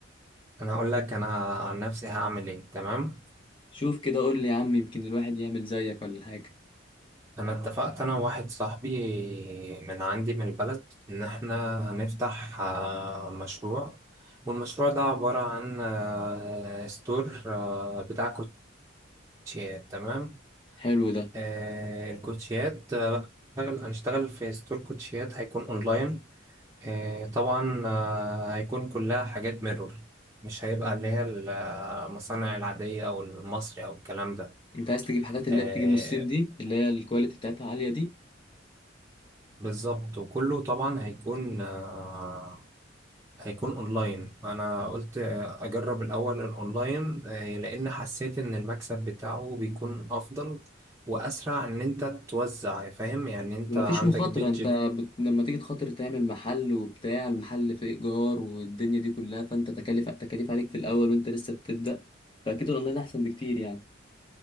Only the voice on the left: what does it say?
شوف كده قول لي يا عم يمكن الواحد يعمل زيك ولا حاجة
حلو ده
انت عايز تجيب حاجات اللي
هي بتيجي من الصين دي اللي هي الكواليتي بتاعتها عالية دي
ومفيش
مخاطرة
انت بت... لما تيجي تخاطر تعمل محل وبتاع المحل في ايجار والدنيا دي كلها فانت تكاليف تكاليف عليك في الاول وانت لسه بتبدأ فاكيد الاونلاين احسن بكتير يعني